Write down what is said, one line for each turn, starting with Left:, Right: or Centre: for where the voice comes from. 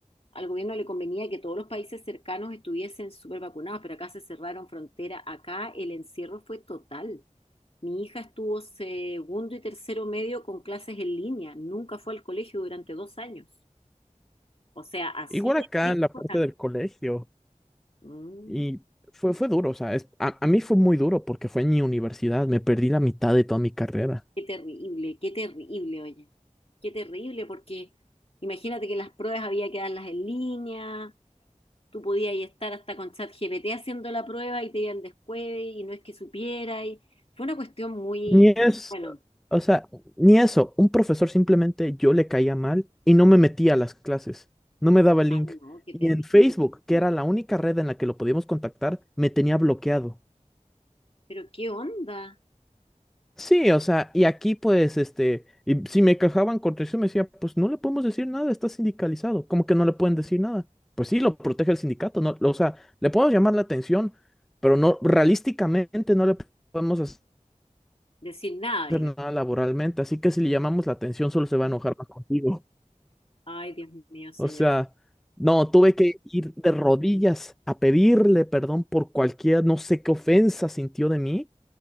Left: al gobierno le convenía que todos los países cercanos estuviesen súper vacunados, pero acá se cerraron frontera, acá el encierro fue total. Mi hija estuvo segundo y tercero medio con clases en línea, nunca fue al colegio durante dos años. O sea, así
Centre: Igual
Left: de
Centre: acá
Left: estricto.
Centre: en la parte
Left: era.
Centre: del colegio.
Left: Mm,
Centre: Y fue, fue duro, o sea, es- a, a mí fue muy duro porque fue en mi universidad, me perdí la mitad de toda mi carrera.
Left: qué terrible, qué terrible, oye. Qué terrible, porque imagínate que las pruebas había que darlas en línea, Tú podías estar hasta con ChatGPT haciendo la prueba y te iban descueve y no es que supiera. Y fue una cuestión muy,
Centre: Ni es,
Left: bueno,
Centre: o sea, ni eso, un profesor simplemente yo le caía mal y no me metía a las clases, no me daba el
Left: ay
Centre: link.
Left: no, qué
Centre: Y
Left: terrible.
Centre: en Facebook, que era la única red en la que lo podíamos contactar, me tenía bloqueado.
Left: Pero qué onda
Centre: Sí, o sea, y aquí pues, este, y si me quejaban contra eso, me decía, pues no le podemos decir nada, está sindicalizado, ¿cómo que no le pueden decir nada? Pues sí, lo protege el sindicato, ¿no? O sea, le podemos llamar la atención, pero no, realísticamente no le podemos hacer
Left: decir nada, diga.
Centre: nada laboralmente, así que si le llamamos la atención solo se va a enojar más contigo.
Left: Ay, Dios mío, señor.
Centre: O sea, no, tuve que ir de rodillas a pedirle perdón por cualquier, no sé qué ofensa sintió de mí.